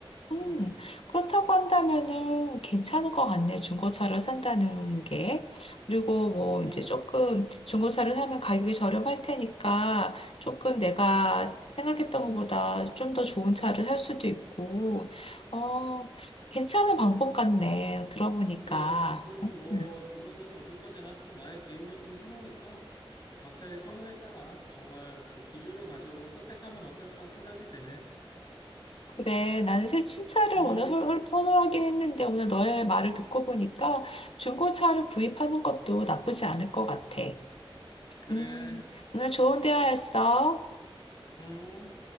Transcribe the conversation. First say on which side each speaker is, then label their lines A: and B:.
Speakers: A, on the left; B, on the left.
A: 음,
B: 음,
A: 그렇다고 한다면은 괜찮을 것 같네. 중고차를 산다는 게. 그리고 뭐
B: 음.
A: 이제 조금 중고차를 사면 가격이 저렴할 테니까 조금 내가 생각했던 것보다 좀 더 좋은 차를 살 수도 있고, 어, 괜찮은 방법 같네. 들어보니까.
B: 그래. 하여튼 뭐
A: 음,
B: 이거는 어디까지나 또 나의 개인적인 선호니까 또 각자의 선호에 따라 정말 그 기준을 가지고 선택하면 어떨까 생각이 되네.
A: 그래. 나는 새 신차를
B: 음,
A: 오늘 설- 선호하긴 했는데 오늘 너의 말을 듣고 보니까 중고차를 구입하는 것도 나쁘지 않을 것 같아.
B: 그래.
A: 음, 오늘 좋은 대화였어.
B: 음.